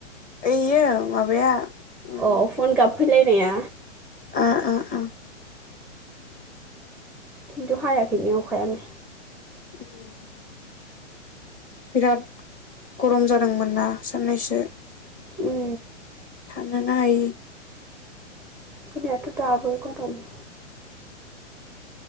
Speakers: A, on the left; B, in the centre.
A: ओइयो माबाया? उम
B: अ फन गाबफैलायनाया।
A: ओ ओ ओ
B: खिन्थु हायाखैनो अखायानो।
A: <unintelligible> बिराद गरम जादोंमोनना साननैसो।
B: उम
A: थानोनो हायि
B: जोंनियाथ' दाबो गुदुम <inaudible>